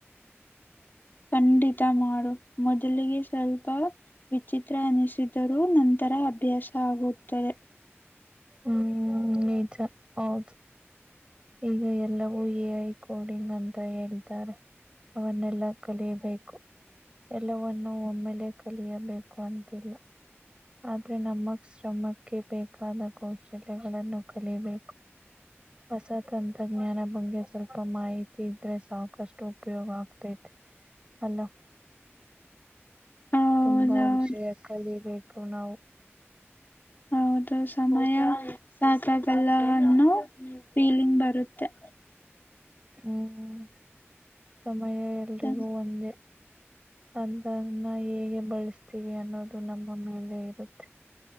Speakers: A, on the left (about 45°); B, on the right (about 20°).
A: ಖಂಡಿತ ಮಾಡು ಮೊದಲಿಗೆ ಸ್ವಲ್ಪ ವಿಚಿತ್ರ ಅನಿಸಿದರೂ ನಂತರ ಅಭ್ಯಾಸ ಆಗುತ್ತದೆ
B: ಹ್ಮ್ ನೀಚ ಹೌದು ಈಗ ಎಲ್ಲವೂ ಎ ಐ ಕೋಡಿಂಗ್ ಅಂತ ಹೇಳ್ತಾರೆ ಅವನ್ನೆಲ್ಲಾ ಕಲಿಯಬೇಕು ಎಲ್ಲವನ್ನೂ ಒಮ್ಮೆಲೆ ಕಲಿಯಬೇಕು ಅಂತಿಲ್ಲ ಆದ್ರೆ ನಮ್ಮ ಶ್ರಮಕ್ಕೆ ಬೇಕಾದ ಕೌಶಲ್ಯಗಳನ್ನು ಕಲಿಬೇಕು ಬಸ ತಂತ್ರಜ್ಞಾನ ಬಗ್ಗೆ ಸ್ವಲ್ಪ ಮಾಹಿತಿ ಇದ್ರೆ ಸಾಕಷ್ಟು ಉಪಯೋಗ ಆಗ್ತೈತೆ ಅಲ್ಲ
A: ಹೌದೌದು
B: ತುಂಬಾ ವಿಷಯ ಕಲಿಬೇಕು ನಾವು
A: ಹೌದು ಸಮಯ ಸಾಕಾಗಲ್ಲನ್ನು ಫೀಲಿಂಗ್ ಬರುತ್ತೆ
B: ಹ್ಮ್ ಸಮಯ ಎಲ್ರಿಗೂ
A: ಸಂ
B: ಒಂದೇ ಅದನ್ನ ಹೇಗೆ ಬಳಸ್ತೀವಿ ಅನ್ನೋದು ನಮ್ಮ ಮೇಲೆ ಇರುತ್ತೆ